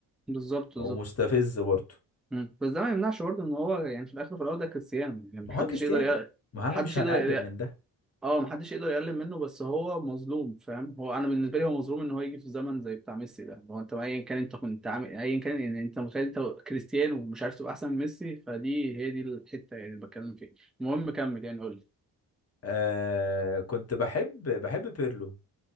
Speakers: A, in the centre; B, on the left (about 30°).
A: بالظبط
B: ومستفز
A: بالظبط
B: برضه
A: مم. بس ده ما يمنعش برضه ان هو يعني في الاخر وفي الاول ده كريستيانو يعني
B: ما
A: محدش
B: هو كريستيانو
A: يقدر يق-
B: ما انا
A: محدش
B: مش هنقلل
A: يقدر
B: من ده
A: اه محدش يقدر يقلل منه بس هو مظلوم فاهم هو انا بالنسبه لي هو مظلوم ان هو يجي في زمن زي بتاع ميسي ده هو انت ايا كان انت كنت عامل ايا كان يعني انت متخيل انت كريستيانو ومش عارف تبقى احسن من ميسي فدي هي دي الحته يعني اللي بتكلم فيها المهم كمل يعني قول لي
B: آه كنت بحب بحب بيرلو